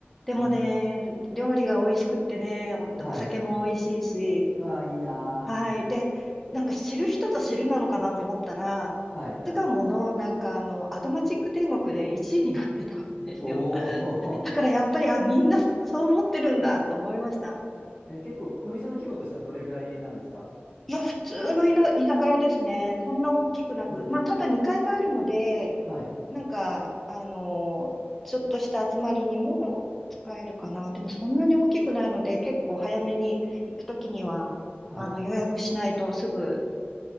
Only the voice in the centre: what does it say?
でもね、
料理が美味しくってね、お、
お酒も美味しいし、
はい。で、なんか知る人ぞ知るなのかなと思ったら、
巣鴨のなんかあの、アドマチック天国で1位になってたんですよ。
<laughs> だからやっぱり、あ、みんなそそう思ってるんだと思いました。
いや、普通のいな居酒屋ですね。そんな大きくなく。
まあ、ただ2階があるので、
なんか、あの、ちょっとした集まりにも使えるかな。でもそんなに大きくないので、結構早めに行くときには、
あの、予約しないとすぐ、